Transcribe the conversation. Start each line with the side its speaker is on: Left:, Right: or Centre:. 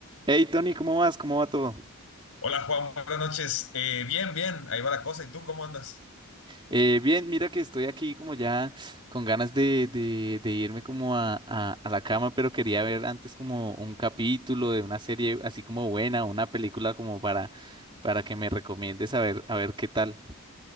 Right: Hey Tony, ¿cómo vas? ¿Cómo va todo?
Left: Hola Juan, buenas noches. Eh, bien, bien, ahí va la cosa. ¿Y tú cómo andas?
Right: Eh, bien, mira que estoy aquí como ya con ganas de, de- de irme como a, a- a la cama, pero quería ver antes como un capítulo de una serie así como buena, una película como para, para que me recomiendes a ver, a ver qué tal.